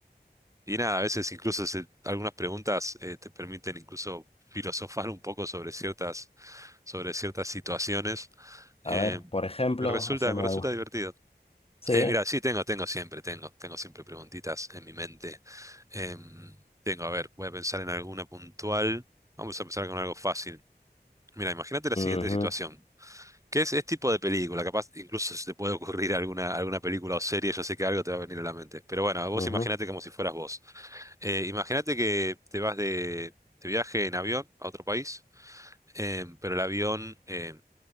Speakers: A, on the right; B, on the left.
A: Y nada, a veces incluso se- algunas preguntas eh, te permiten incluso filosofar un poco sobre ciertas, sobre ciertas situaciones.
B: A
A: Eh,
B: ver, por ejemplo,
A: y me resulta,
B: haceme
A: me resulta
B: algo.
A: divertido.
B: Sí.
A: Eh, mira, sí, tengo, tengo siempre, tengo, tengo siempre preguntitas en mi mente. Eh, tengo, a ver, voy a pensar en alguna puntual. Vamos a empezar con algo fácil. Mira, imagínate la siguiente
B: Ujú,
A: situación. ¿Qué es, este tipo de película? Capaz incluso se te puede ocurrir alguna, alguna película o serie, yo sé que algo te va a venir a la mente. Pero bueno, vos
B: ujú,
A: imagínate como si fueras vos. Eh, imagínate que te vas de, de viaje en avión a otro país, eh, pero el avión eh,